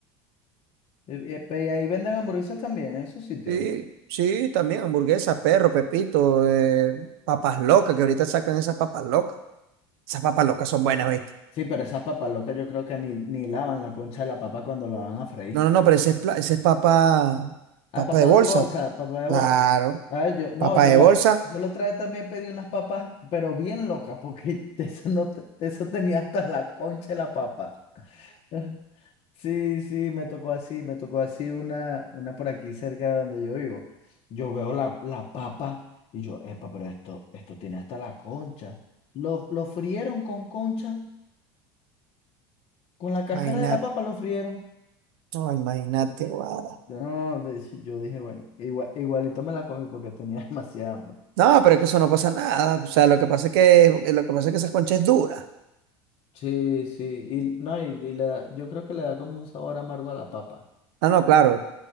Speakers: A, on the left (about 50°); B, on the right (about 70°).
A: Y, y- y ahí venden hamburguesas también, en esos sitios.
B: sí, sí, también hamburguesas, perro, Pepito, eh, papas locas, que ahorita sacan esas papas locas. Esas papas locas son buenas, ¿viste?
A: Sí, pero esas papas locas yo creo que ni, ni lavan la concha de la papa cuando la van a freír.
B: No, no, no, pero ese es, pla- ese es papa,
A: Ah,
B: papa
A: papá
B: de bolsa.
A: de bolsa, papá de
B: Claro,
A: bolsa. A ver, yo, no,
B: papa
A: yo
B: de
A: la,
B: bolsa,
A: yo la otra vez también pedí unas papas, pero bien locas, porque <laughs> eso no, te- eso tenía hasta la concha de la papa. <laughs> Sí, sí, me tocó así, me tocó así una, una por aquí cerca de donde yo vivo. Yo veo la, la papa y yo, epa, pero esto, esto tiene hasta la concha. Lo, lo frieron con concha, con la cáscara
B: nada.
A: de la papa lo frieron.
B: No, imagínate, guada.
A: Yo, No, de- yo dije, bueno, igual, igualito me la comí porque tenía <laughs> demasiada hambre.
B: No, pero es que eso no pasa nada. O sea, lo que pasa es que, lo que pasa es que esa concha es dura.
A: Sí, sí, y, no, y, y le da- yo creo que le da como un sabor amargo a la papa.
B: Ah, no, claro,